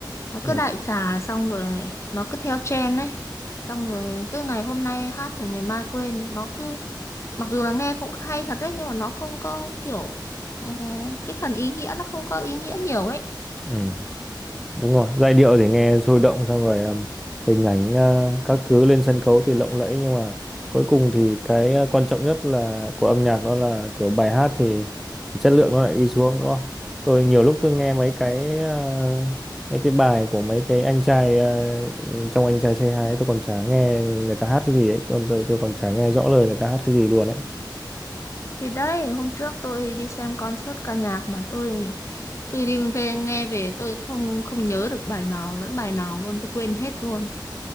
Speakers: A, on the left; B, in the centre.
A: Nó
B: ừ,
A: cứ đại trà xong rồi nó cứ theo trend ấy. Xong rồi cứ ngày hôm nay hát rồi ngày mai quên. Nó cứ, mặc dù là nghe cũng hay thật đấy nhưng mà nó không có kiểu, ừm, cái phần ý nghĩa nó không có ý nghĩa nhiều ấy.
B: ừ, đúng rồi giai điệu thì nghe sôi động xong rồi ừm, hình ảnh ờ, các thứ lên sân khấu thì lộng lẫy nhưng mà cuối cùng thì cái ờ, quan trọng nhất là của âm nhạc đó là kiểu bài hát thì, thì chất lượng nó lại đi xuống đúng không tôi nhiều lúc tôi nghe mấy cái ờ, mấy cái bài của mấy cái anh trai ờ, trong anh trai say 2 ấy, tôi còn chả nghe người ta hát cái gì ấy còn tôi tôi còn chả nghe rõ lời người ta hát cái gì luôn ấy
A: Thì đấy, hôm trước tôi đi xem concert ca nhạc mà tôi tôi đi về nghe về tôi không không nhớ được bài nào lẫn bài nào luôn tôi quên hết luôn